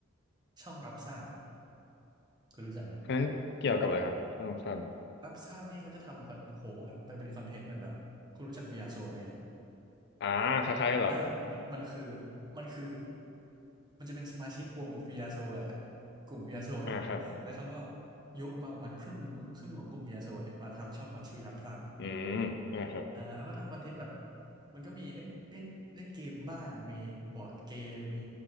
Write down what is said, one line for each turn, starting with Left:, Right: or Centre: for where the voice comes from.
Right: ช่องรับทราบคุณรู้จักไหม
Left: เพราะฉะนั้นเกี่ยวกับอะไรครับช่องลมสั้น
Right: รับทราบนี่เขาจะทำคอนโอ้โหมันเป็นคอนเทนต์เหมือนแบบคุณรู้จัก VR Show ไหม
Left: อ่าคล้ายๆกันเหรอ
Right: อ่ามันมันคือมันคือมันจะเป็นสมาชิกวงเบียโซแหละกลุ่มเบียโซเนี่ยแล้วเขาก็
Left: อ่าครับ
Right: ยกมาประมาณครึ่งหนึ่งมั้งครึ่งของกลุ่มเบียโซเนี่ยมาทำช่องใหม่ชื่อรับทราบ
Left: อืมอ่าครับ
Right: อ่าเขาก็ทำคอนเทนต์แบบมันก็มีเล่นเล่นเล่นเกมบ้างมีบอร์ดเกมมี